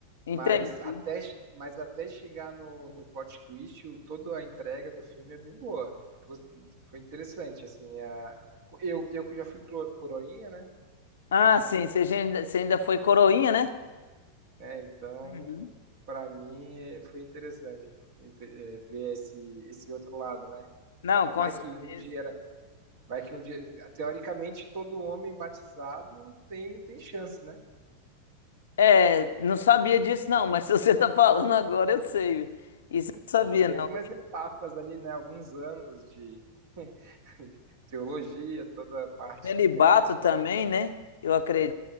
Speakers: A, on the left; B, on the right.
A: Entende?
B: Mas até, mas até chegar no, no plot twist, o, toda a entrega do filme é bem boa. Gost- Foi interessante, assim, a, eu, eu que já fui cro- coroinha, né?
A: Ah, sim, você ainda, você ainda foi coroinha, né?
B: É, então,
A: Uhum.
B: pra mim é, foi interessante inte- é, ver esse, esse outro lado, né?
A: Não, com
B: Vai
A: certeza.
B: que um dia, né? Vai que um dia, teoricamente, todo homem batizado tem, tem chance, né?
A: É, não sabia disso, não, mas <laughs> se você tá falando agora, eu sei. Isso eu não sabia,
B: Só tem
A: não.
B: algumas etapas ali, né? Alguns anos de <laughs> teologia, toda a parte,
A: Celibato
B: né?
A: também,
B: Mas,
A: né? Eu acredito,